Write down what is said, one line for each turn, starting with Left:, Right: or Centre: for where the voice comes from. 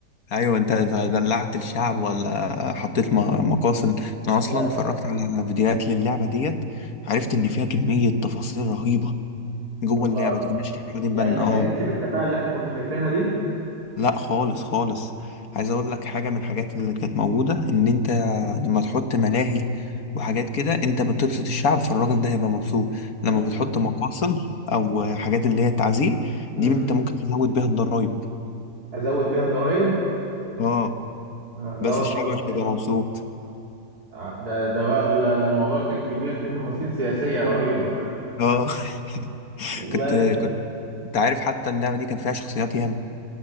Left: ايوه انت إذا دلعت الشعب ولا حطيت م- مقاصد انا اصلا
Right: لا
Left: اتفرجت على فيديوهات للعبه ديت عرفت
Right: مم.
Left: ان فيها كميه تفاصيل رهيبه جوه
Right: والله
Left: اللعبه دي كناش احنا واخدين
Right: يعني
Left: بالنا
Right: ما
Left: اه
Right: كانتش بالتفاهه اللي احنا كنا شايفينها دي
Left: لا خالص خالص عايز اقول لك حاجه من الحاجات اللي كانت موجوده ان انت لما تحط ملاهي وحاجات كده انت بتبسط الشعب فالراجل ده هيبقى مبسوط لما
Right: مم.
Left: بتحط مقاصد او حاجات اللي هي تعذيب
Right: مم.
Left: دي انت ممكن تزود بيها الضرايب
Right: ازود بيها الضرايب
Left: اه
Right: آه لا
Left: بس
Right: والله
Left: الشعب مش هيبقى مبسوط
Right: آه، ده ده بقى ال- ده الموضوع كان كبير فيه تفاصيل سياسيه رهيبه <laughs>
Left: اه <laughs>
Right: والله
Left: كنت كنت انت عارف حتى اللعبة دي كان فيها شخصيات ياما